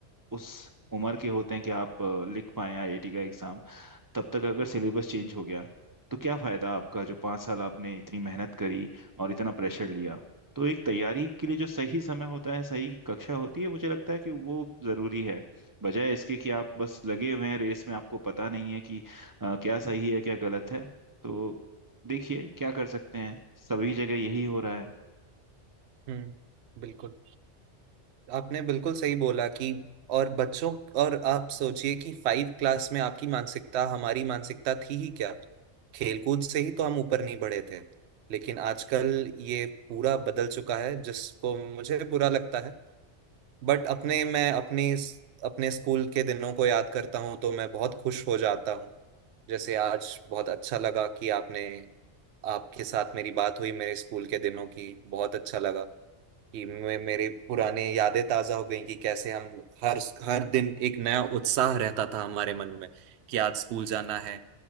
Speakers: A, on the right (about 35°); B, on the right (about 70°).
A: उस उम्र के होते हैं कि आप अ, लिख पाए आईआईटी का एग्जाम तब तक अगर सिलेबस चेंज हो गया तो क्या फायदा आपका जो पाँच साल आपने इतनी मेहनत करी और इतना प्रेशर लिया तो एक तैयारी के लिए जो सही समय होता है सही कक्षा होती है मुझे लगता है कि वो जरूरी है बजाय इसके कि आप बस लगे हुए हैं रेस में आपको पता नहीं है कि अ, क्या सही है क्या गलत है तो देखिए क्या कर सकते हैं सभी जगह यही हो रहा है
B: हम्म बिल्कुल आपने बिल्कुल सही बोला कि और बच्चों और आप सोचिए कि फाइव क्लास में आपकी मानसिकता हमारी मानसिकता थी ही क्या खेलकूद से ही तो हम ऊपर नहीं बढ़े थे लेकिन आजकल ये पूरा बदल चुका है जिसको मुझे बुरा लगता है बट अपने मैं अपनी अपने स्कूल के दिनों को याद करता हूँ तो मैं बहुत खुश हो जाता हूँ जैसे आज बहुत अच्छा लगा कि आपने आपके साथ मेरी बात हुई मेरे स्कूल के दिनों की बहुत अच्छा लगा कि मैं मेरे पुराने यादें ताजा हो गई कि कैसे हम हर हर दिन एक नया उत्साह रहता था हमारे मन में कि आज स्कूल जाना है